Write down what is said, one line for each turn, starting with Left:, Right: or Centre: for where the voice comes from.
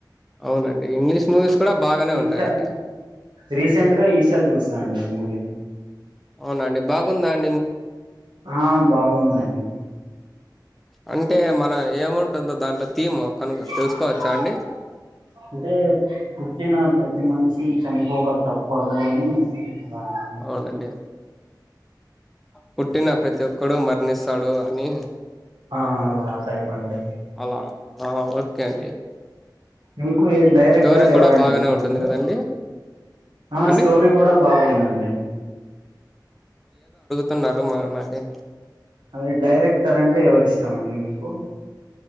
Centre: అవునండి ఇంగ్లీష్ మూవీస్ కూడా బాగానే ఉంటాయండి
Right: ఈషా రీసెంట్ గా ఈషా చూసాండి మూవీ
Centre: అవునండి బాగుందా అ
Right: ఆ బాగుంది దండి
Centre: అంటే మన ఏముంటుందో దాంట్లో థీమ్
Right: <inaudible>
Centre: కనుక తెలుసుకోవచ్చా అండి
Right: అంటే పుట్టిన ప్రతి మనిషి చనిపోక తప్పదు అని అలా అండి.
Centre: అవునండి పుట్టిన ప్రతి ఒక్కడు మరణిస్తాడు అని
Right: ఆ అలా టైప్ అండి
Centre: అలా ఆ ఓకే అండి
Right: ఉం ఎక్కువ డైరెక్టర్
Centre: స్టోరీ
Right: ఎవరంటే
Centre: కూడా బాగానే
Right: ఇష్టం
Centre: ఉంటుంది
Right: అండి
Centre: కదండి
Right: ఆ
Centre: అండి
Right: స్టోరీ కూడా బాగుందండి
Centre: తన్నారు మా నాకి
Right: అదే డైరెక్టర్ అంటే ఎవరి ఇష్టం అండి మీకు